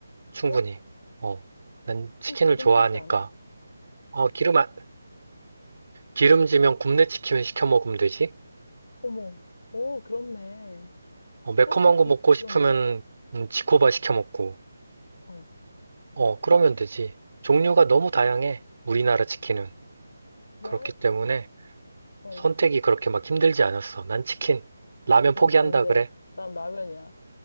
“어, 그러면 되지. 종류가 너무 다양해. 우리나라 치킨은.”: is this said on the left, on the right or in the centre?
Right